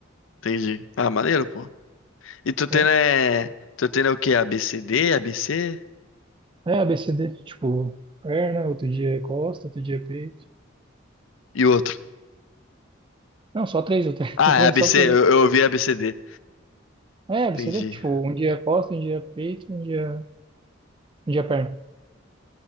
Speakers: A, on the left; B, on the right.
A: Entendi. Ah, maneiro, pô. E tu tendo
B: É,
A: é. Tu tendo é o quê? A b c D, A B C
B: é ABCD, tipo, perna, outro dia é costa, outro dia é peito.
A: e o outro.
B: Não, só três, eu treino,
A: Ah,
B: <laughs> eu treino
A: é a ABC,
B: só três.
A: eu,
B: né?
A: eu ouvi a b c d.
B: É, ABCD,
A: Entendi,
B: tipo, um dia é costa, um dia é peito, um dia, um dia é perna.